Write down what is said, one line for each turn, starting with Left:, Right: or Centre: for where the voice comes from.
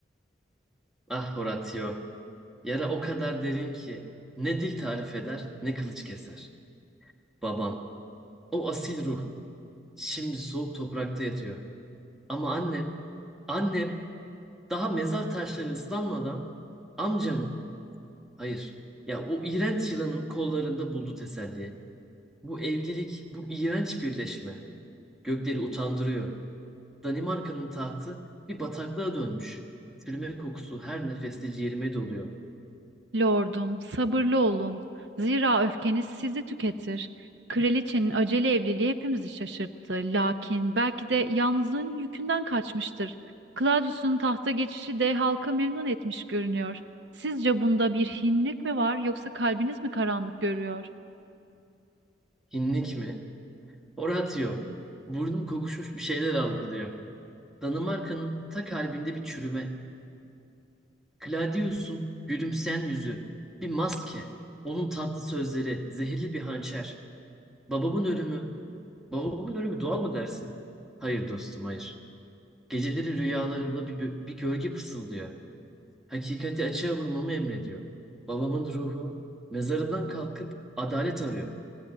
Centre: Ah Horatio, yara o kadar derin ki ne dil tarif eder ne kılıç keser. Babam, o asil ruh şimdi soğuk toprakta yatıyor. Ama annem, annem Daha mezar taşları ıslanmadan amcamın, hayır, ya o iğrenç yılanın kollarında buldu teselli. Bu evlilik, bu iğrenç birleşme gökleri utandırıyor. Danimarka'nın tahtı bir bataklığa dönmüş. Çürüme kokusu her nefeste ciğerime doluyor.
Right: Lordum, sabırlı olun. Zira öfkeniz sizi tüketir. Kraliçenin acele evliliği hepimizi şaşırttı. Lakin belki de yalnızlığın yükünden kaçmıştır. Claudius'un tahta geçişi de halkı memnun etmiş görünüyor. Sizce bunda bir hinlik mi var yoksa kalbiniz mi karanlık görüyor?
Centre: Hinlik mi? Horatio. Burnum kokuşmuş bir şeyler algılıyor. Danimarka'nın ta kalbinde bir çürüme. Claudius'un gülümseyen yüzü. Bir maske. Onun tatlı sözleri, zehirli bir hançer. Babamın ölümü. Babamın ölümü doğal mı dersin? Hayır dostum, hayır. Geceleri rüyalarımda bir, bö- bir gölge fısıldıyor. Hakikati açığa vurmamı emrediyor. Babamın ruhu mezarından kalkıp adalet arıyor.